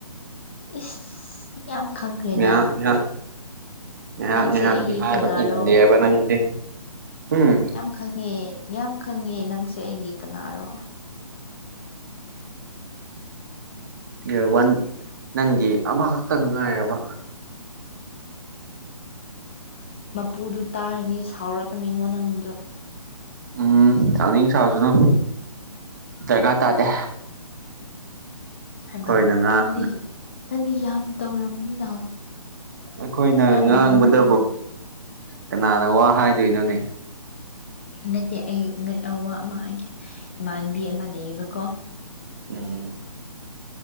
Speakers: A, on the left; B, on the right.
A: ꯏꯁ ꯌꯥꯝ ꯈꯪꯈ꯭ꯔꯦꯗ
B: ꯉꯥꯏꯍꯥꯛ ꯉꯥꯏꯍꯥꯛ ꯉꯥꯏꯍꯥꯛ
A: ꯅꯪꯁꯦ
B: ꯉꯥꯏꯍꯥꯛꯇꯤ
A: ꯑꯩꯒꯤ
B: ꯍꯥꯏꯕ
A: ꯀꯅꯥꯔꯣ
B: ꯏꯟꯗꯦꯕ ꯅꯪꯁꯦ ꯎꯝ
A: ꯌꯥꯝ ꯈꯪꯉꯦ ꯌꯥꯝ ꯈꯪꯉꯦ ꯅꯪꯁꯦ ꯑꯩꯒꯤ ꯀꯅꯥꯔꯣ
B: ꯔ ꯋꯥꯟ ꯅꯪꯒꯤ ꯑꯃꯈꯛꯇꯪ ꯉꯥꯏꯔꯕ
A: ꯃꯄꯨꯗꯨ ꯇꯥꯔꯅꯤ ꯁꯥꯎꯔꯛꯀꯅꯤꯉꯣ ꯅꯪꯗꯣ
B: ꯎꯝ ꯆꯅꯤꯡ ꯁꯥꯎꯁꯨꯅꯨ ꯗꯔꯀꯥꯔ ꯇꯥꯗꯦ
A: ꯍꯥꯏꯕ
B: ꯑꯩꯈꯣꯏꯅ
A: ꯑꯃ
B: ꯉꯥꯡ
A: ꯑꯗꯨꯗꯤ ꯅꯗꯤ ꯌꯥꯝ ꯇꯧꯔꯝꯃꯤꯅ
B: ꯑꯩꯈꯣꯏꯅ
A: ꯌꯥꯝ
B: ꯉꯥꯡꯕꯗꯕꯨ
A: ꯉꯝꯔꯝꯃꯤ
B: ꯀꯅꯥꯅ ꯋꯥ ꯍꯥꯏꯗꯣꯏꯅꯣꯅꯦ
A: ꯅꯠꯇꯦ ꯑꯩ ꯑꯋꯥ ꯑꯃ ꯑꯩꯒꯤ ꯏꯃꯥꯟꯥꯟꯕꯤ ꯑꯃ ꯂꯩꯌꯦꯕꯀꯣ
B: ꯎꯝ